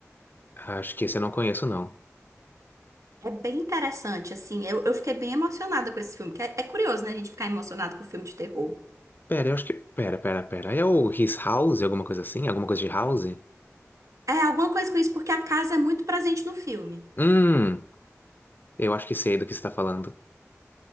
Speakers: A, on the left (about 40°); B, on the right (about 75°).
A: Acho que esse eu não conheço, não.
B: É bem interessante, assim. Eu, eu fiquei bem emocionada com esse filme. que É, é curioso, né, a gente ficar emocionado com filme de terror.
A: Pera, eu acho que... Pera, pera, pera. É o His House, alguma coisa assim? Alguma coisa de House?
B: É alguma coisa com isso, porque a casa é muito presente no filme.
A: Hum, eu acho que sei do que você tá falando.